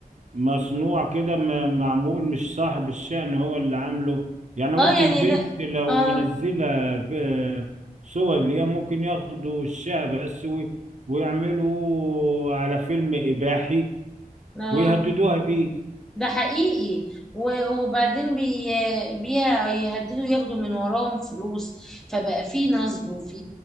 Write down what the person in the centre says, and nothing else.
اه يعني
لا
اه
اه
ده حقيقي و- وبعدين بي بيهددوا ياخدوا من وراهم فلوس فبقى في نصب وفي